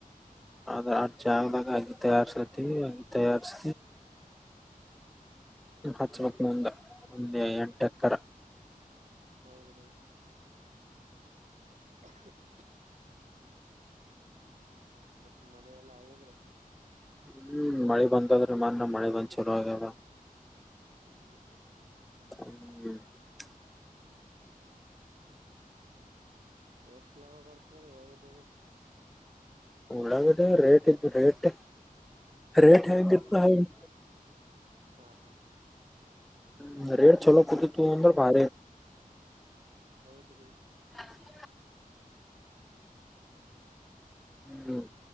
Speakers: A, in the centre; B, on the right.
A: ಆದ್ರ ಅ್ರ ಜಾಗದಾಗ ಆಗ್ಿ ತಯಾರ್ಸತಿವಿ ಅಗಿ ತಯಾರ್ಸ ಹಚ್ಬೇಕಕ್ ನಂದ ಒಂದ ಎಂಟ ಎಕರ
B: ಹೌದ <unintelligible> ಹ್ಮ್ ಹ್ಮ್ ಮತ್ತ ಮಳೆಲ್ಲಾ ಹಾಗೆದ್ರಿ
A: ಹ್ಮ್ ಮಳೆ ಬಂದದ್ರಿ ಮಳೆ ಬಂದ್ ಚಲೋ ಆಾಗದ
B: ಹ್ಮ್ ಹ್ಮ್
A: ಹ್ಮ್ <unintelligible>
B: ಎಷ್ಟ್ ಲಾಭ ಬರ್ತದೆ ಒಳಗಡ್ಡ
A: ಉಳ್ಳಾಗಡ್ಡಿ ರೇಟ್ ಇ ರೇಟ್ ರೇಟ್ ಹಂಗ್
B: ಹೌದು
A: ಇರ್ತದ ಹಂಗ್
B: ಹಾ ಹಾ
A: ್ಮ ರೇಟ್ ಚಲೋ ಕೂುದುು ತು ಅಂದ ಭ
B: ಹೌದ್ರಿ
A: <unintelligible> ಹ್ಮ್